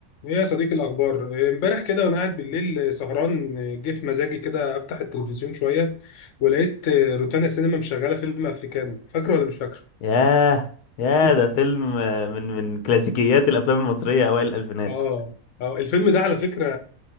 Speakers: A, on the left (about 60°); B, on the left (about 85°).
A: ايه يا صديقي الاخبار إيه، امبارح كده وانا قاعد بالليل سهران إيه، جه في مزاجي كده افتح التلفزيون شويه ولقيت إيه، روتانا سينما مشغله فيلم افريكانو فاكره ولا مش فاكره
B: ياه ياه
A: <laughs>
B: ده فيلم آه، من من كلاسيكيات الافلام المصريه اوائل الالفينات
A: اه اه الفيلم ده على فكره